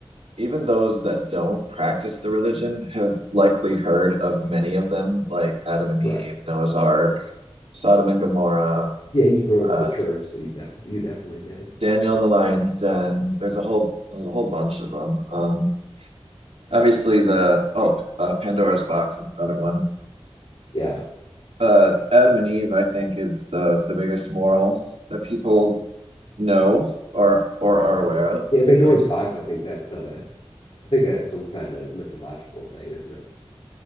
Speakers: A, on the right (about 80°); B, on the left (about 65°).
A: even those that don't practice the religion have likely heard of many of them, like Adam and
B: Right.
A: Eve, Noah's Ark, Sodom and Gomorrah,
B: Yeah, you grew
A: uh,
B: up with the church, so you def- you definitely did.
A: Daniel and the Lion's Den. There's a whole there's a whole bunch of them. Um, obviously the oh uh, Pandora's Box is another one.
B: Yeah.
A: Uh, Adam and Eve, I think, is the the biggest moral that people know or or are aware
B: Yeah.
A: of.
B: Yeah, Pandora's
A: Like,
B: box, I think that's not a I think that's some kind of mythological thing, isn't it?